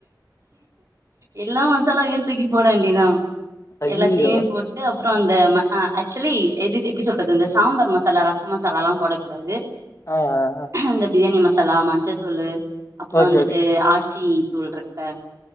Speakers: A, on the right; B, on the left.
A: எல்லா மசாலாவையு தூக்கி போட வேண்டியதா
B: ஐய்யய்யோ
A: எல்லாத்தையுமே போட்டு அப்புற அந்த அ ஆக்சுவலி எப்டி எப்டி சொல்றது அது இந்த சாம்பார் மசாலா ரச மசாலால்லா போடக்கூடாது
B: ஆ ஆ ஆ
A: இந்த பிரியாணி மசாலா ம ஞ்சத்தூள் அப்பற
B: ஓகே
A: வந்துட்டு
B: ஓகே
A: ஆச்சி தூள் இருக்குல்ல